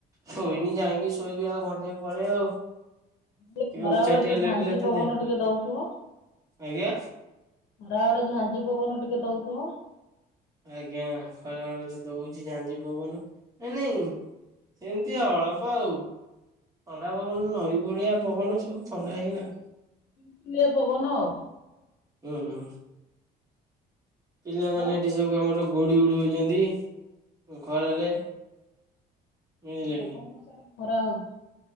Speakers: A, on the right; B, on the left.
A: ଶୋଇନି ଯାଇକି ଶୋଇବି ଆଉ ଘଣ୍ଟେ ପରେ ଆଉ।
B: ଯେ
A: ଟିକେ
B: ଖରା
A: ଉଚାଟିଆ
B: ବେଳେ ତ
A: ଲାଗିଲା
B: ଝାଞ୍ଜି
A: ତ
B: ପବନ
A: ଦେହ
B: ଟିକେ ଦଉଥିବ?
A: ଆଜ୍ଞା।
B: ଖରାବେଳେ ଝାଞ୍ଜି ପବନ ଟିକେ ଦଉଥିବ।
A: ଆଜ୍ଞା। ଖରାବେଳେ ଦଉଛି ଝାଞ୍ଜି ପବନ। ନାଇଁ ନାଇଁ ସେମତି ଅଳପ ଆଉ। ଥଣ୍ଡା ପବନ ନଈ କୂଳିଆ ପବନ ସବୁ ଥଣ୍ଡା ହିଁ ନାଗେ।
B: ସୁଲୁସୁଲିଆ ପବନ ଆଉ।
A: ହୁଁ ପିଲାମାନେ
B: ଆଉ
A: ଏଠି ସବୁ ଆମର ଗୋଡ଼ି ଉଡ଼ଉଛନ୍ତି ଖରାରେ। ବୁଝିଲେ
B: ତାହେଲେ
A: କି।
B: ଆପଣଙ୍କ ସିଆଡେ ଖରା ହଉଚି।